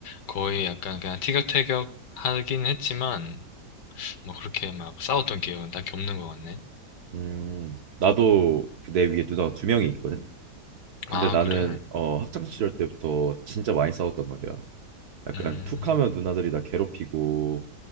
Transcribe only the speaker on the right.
음, 나도 그내 위에 누나가 두 명이 있거든. 근데
나는
어 학창 시절 때부터 진짜 많이 싸웠단 말이야. 약간
툭하면 누나들이 나 괴롭히고